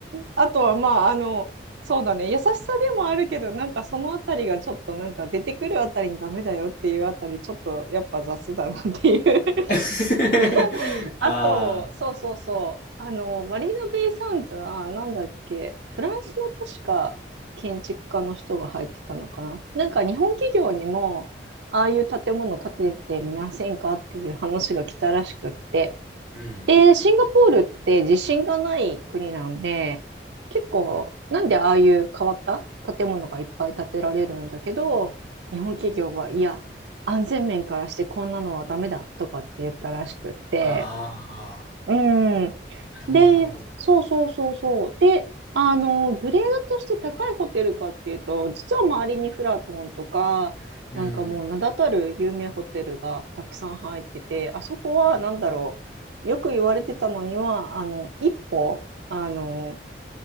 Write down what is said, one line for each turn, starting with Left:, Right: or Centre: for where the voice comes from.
Right: あとは、まあ、あの、そうだね、優しさでもあるけど、なんかそのあたりがちょっとなんか出てくるあたりにダメだよっていうあたり、ちょっとやっぱ雑だなっていう
Left: <laughs>
Right: <laughs> あと、
Left: ああ、
Right: そうそうそう、あの、マリーナベイサンズはなんだっけ、フランスの確か建築家の人が入ってたのかな。なんか日本企業にも、ああいう建物建ててみませんかっていう話が来たらしくって。
Left: うん。
Right: で、シンガポールって地震がない国なんで、結構、なんでああいう変わった建物がいっぱい建てられるんだけど、日本企業は、いや、安全面からしてこんなのはダメだとかって言ったらしくって。
Left: あ
Right: うん。
Left: あ、なるほど、
Right: で、
Left: なるほど。
Right: そうそうそうそう。で、あの、グレードとして高いホテルかっていうと、実は周りにフラトンとか、
Left: うん。
Right: なんかもう名だたる有名ホテルがたくさん入ってて、あそこは何だろう、よく言われてたのには、あの、一歩、あの、